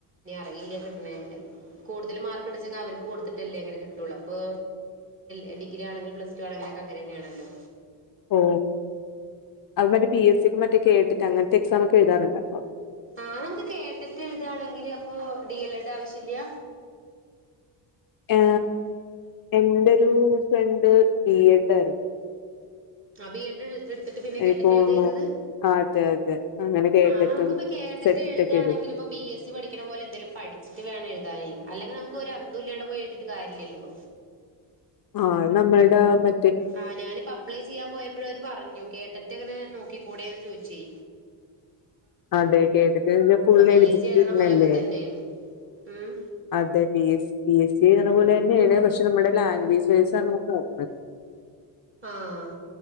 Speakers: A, on the right; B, on the left.
A: ഞ്ഞ് അറിയില്ല <unintelligible> കൂടുതൽ മാർക്ക് ണ്ട്ച്ചെങ്കി അവർക്ക് കൊടുത്തിട്ടല്ലേ അങ്ങനെ കിട്ടുള്ളു അപ്പൊ എ ഡിഗ്ര ആണെങ്കില പ്ലസ് ടു ആണെങ്കിലൊക്കെ അങ്ങനെന്നെയാണല്ലോ
B: ഓ അവര് പി എസ് സിക്ക് മറ്റേ കേട്ടറ്റ് അങ്ങന റ്റെക്സാമൊക്കെ എഴുതാറുണ്ടപ്പോ
A: ആ നമുക്ക് കേട്ടറ്റ് എഴുതാണെങ്കില് അപ്പൊ ഡി എൽ എഡ് ആവശ്യല്ല?
B: ആ എന്റൊരു ഫ്രണ്ട് ബീയെഡായിരുന്നു
A: ആ ബി എഡ് ഇട്ത്തിട്ട് പിന്നെ
B: എനിക്ക്
A: കേട്ടറ്റ്
B: തോന്നുന്നു
A: എഴുത ചെയ്തത്
B: ആ, അതെ അതെ അങ്ങനെ കേട്ടിട്ടും
A: ആ നമുക്കിപ്പ കേട്ടറ്റ്
B: സെറ്റ്
A: എഴുതയാണെങ്കിലിൽ
B: ഒക്കെ ഇടും.
A: ഇപ്പ പി എസ് സി പഠിക്കണ പോലെ എന്തെലും പഠിച്ചിട്ട് വേണം എഴു ക്കാന് അല്ലെങ്കി നമുക്ക് ഒരു അന്തുല്യാണ്ട പോയി എഴുതിയിട്ട് കാര്യല്ലല്ലോ
B: ആ നമ്മള്ടെ മ
A: ആഹ് ഞാനിപ്പോ അപ്ലൈ ചെയ്യാൻ പോയപ്പഴും അവര് പറഞ്ഞു കേട്ടറ്റങ്ങനെ നോക്കി കൂടെയന്ന് ചോയ്ച്ചു ചി
B: അതെ കേട്ടിട്ട് ഫുള്ള്
A: പി
B: എലിജിബിറ്റല്ലേ
A: എസ് സി എഴുതണ പോലൊക്കെ തന്നെയാണ് ഉം
B: അതെ പി എസ് സി പിഎസ്‌സി എഴുതണ പോലെന്നെണ് പ പക്ഷെ നമ്മുടെ ലാംഗ്വേജ് വൈസാണ് നോക്കണത്
A: ആഹ്